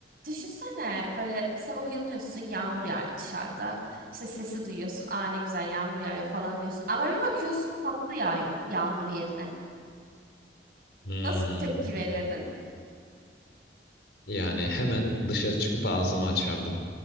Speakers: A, on the right; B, on the left.
A: Düşünsene böyle bir sabah uyanıyorsun yağmur yağıyor dışarıda. İşte sesi duyuyorsun. Aa ne güzel yağmur yağıyor falan diyorsun. Ama bir bakıyorsun tatlı yağıyor yağmur yerine.
B: Hmm.
A: Nasıl bir tepki verirdin?
B: Yani hemen dışarı çıkıp ağzımı açardım.